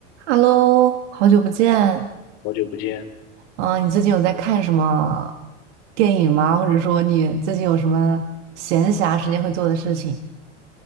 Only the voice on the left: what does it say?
好久不见，